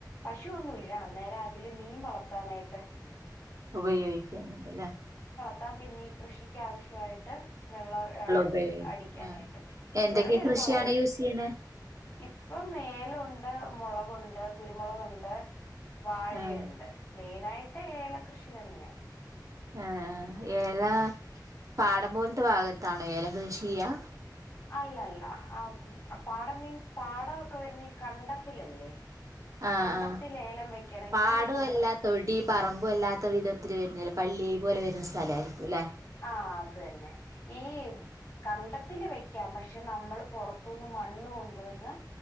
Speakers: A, on the left; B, on the right.
A: പശുനുല്ല അന്നേരം അതില് മീൻ വളർത്താനായിട്ട് കുത്ത <unintelligible>
B: ഉപയോഗിക്കന്ണ്ട്ലേ
A: ത്താൻ പിന്നെ ഈ കൃഷിക്ക് ആവശ്യമായിട്ട് വെള്ളം അ
B: ഉപയോഗിക്കും
A: അടിക്കാനായിട്ടും
B: ആഹ് എന്തൊക്കെ
A: ചെറിയൊരു
B: കൃഷിയാണ്
A: കൊളായിരുന്നു
B: യൂസ് ചെയ്യണേ
A: ഇപ്പ മേല ഉ ടെ മുളകുണ്ട് കുരുമുളകുണ്ട് വാഴയുണ്ട്
B: ആഹ്
A: മെയിനായിട് ഏ ഏല കൃഷി തനെയാ
B: ആ ഏല പാടം പോലത്തെ ഭാഗത്താണ് ഏലം കൃഷി ചെയ്യ
A: അല്ലല്ല ആ പാടം മീൻസ് പാടമൊക്കെ വരുന്ന ഈ കണ്ടത്തിലല്ലേ
B: ആ
A: കണ്ടത്തിൽ
B: ആ
A: ഏലം വെക്കണെങ്കി
B: പാടും
A: നമ്മള്
B: ല്ല തൊടി പറമ്പും അല്ലാത്ത വിധത്തില് വരുന്നില്ലേ പള്ളി പോലെ വരുന്ന സ്ഥലമായിരിക്കും അല്ലേ
A: ആ അത് തന്നെ ഈ കണ്ട ത്തി വെക്കാം പക്ഷെ നമ്മൾ പുറത്തുനിന്ന് മണ്ണ് കൊണ്ടുവന്ന്